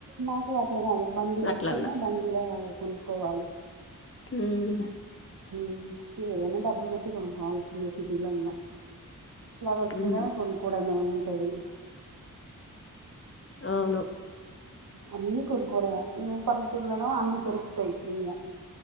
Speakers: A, on the right (about 70°); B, on the left (about 35°).
A: మాకు అట్లా కాదు బండి
B: అట్లన్న
A: వస్తేనే బండిలో కొనుక్కోవాలి
B: ఉమ్
A: హ్ ఏదైన డాబ డబ్బు పెట్టి కొనుకోవాల్సిందె సిటీలో ఇగ ఫ్లవర్స్ కూడా
B: మ్మ్
A: కొన్కోడమే ఉంటంది
B: అవును
A: అన్ని కొన్నుకోవడమే ఇవ పల్లెటూర్లలో అన్ని దొరుకుతయి ఫ్రిగా